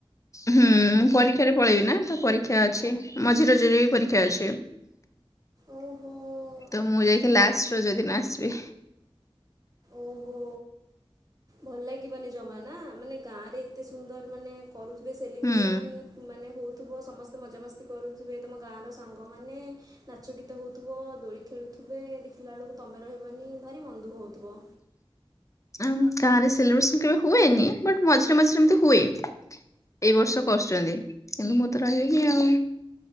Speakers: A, on the left; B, on the right.
A: ହୁଁ ମୁଁ ପରୀକ୍ଷାରେ ପଳେଇବି ନା ତ ପରୀକ୍ଷା ଅଛି ମଝି ରଜରେ ବି ପରୀକ୍ଷା ଅଛି।
B: ଓହୋଃ
A: ତ ମୁଁ ଯାଇକି ଲାଷ୍ଟ ରଜ ଦିନ ଆସିବି।
B: ଓହୋ ଭଲ ଲାଗିବନି ଜମା ନା, ମାନେ ଗାଁଆରେ ଏତେ ସୁନ୍ଦର ମାନେ କରୁଥିବେ ସେଲିବ୍ରେସନ
A: ହୁଁ।
B: ମାନେ ହଉ। <inaudible> ଥିବ ସମସ୍ତେ ମଜାମସ୍ତି କରୁଥିବେ ତୁମ ଗାଁର ସାଙ୍ଗମାନେ ନାଚ ଗୀତ ହେଉଥିବ ଦୋଳି ଖେଳୁଥିବେ ଦେଖିଲା ବେଳକୁ ତମେ ରହିବନି ଭାରି ମନଦୁଖ ହେଉଥିବ।
A: ଆମ ଗାଆଁରେ ସେଲିବ୍ରେସନ୍ କେବେ ହୁଏନି ବଟ୍ ମଝିରେ ମଝିରେ ଏମତି ହୁଏ ଏଇ ବର୍ଷ କରୁଛନ୍ତି କିନ୍ତୁ ମୁଁ ତ ରହିବିନି ଆଉ।